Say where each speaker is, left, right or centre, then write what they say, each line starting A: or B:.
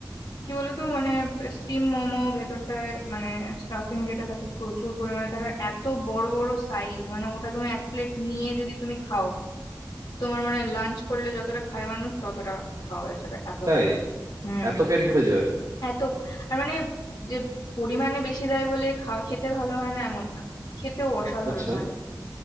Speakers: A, on the left (about 75°); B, on the right (about 60°).
A: কি বলতো মানে স্টিম মোমো ভেতরটায় মানে স্টাফিং যেটা থাকে প্রচুর পরিমাণে থাকে আর এত বড় বড় সাইজ মানে ওটা তুমি এক প্লেট নিয়ে যদি তুমি খাও তোমার মানে লাঞ্চ করলে যতটা খায় মানুষ ততটা খাওয়া হয়ে যাবে এত
B: তাই
A: টাকা হুম
B: এত পেট ভরে যায়
A: এত আর মানে যে পরিমাণে বেশি দেয় বলে খাওয়া খেতে ভালো হয় না এমন না খেতেও অসাধারণ
B: আচ্ছা
A: হয়